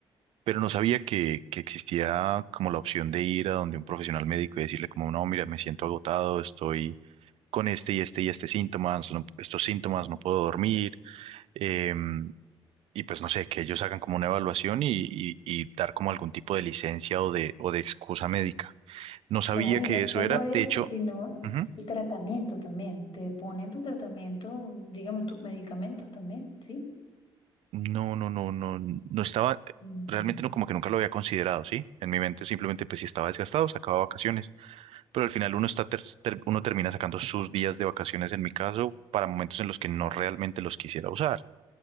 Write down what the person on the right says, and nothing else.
pero no sabía que, que existía como la opción de ir a donde un profesional médico y decirle como, no, mira, me siento agotado, estoy con este y este y este síntomas, no- estos síntomas, no puedo dormir. em, y pues no sé, que ellos hagan como una evaluación y, y- y dar como algún tipo de licencia o de, o de excusa médica. No sabía
que
eso
era.
De hecho,
ujú,
no, no, no, no, no estaba,
realmente no, como que nunca lo había considerado, ¿sí? En mi mente simplemente, pues si estaba desgastado, sacaba vacaciones. Pero al final uno está, ter- ter- uno termina sacando sus días de vacaciones, en mi caso, para momentos en los que no realmente los quisiera usar.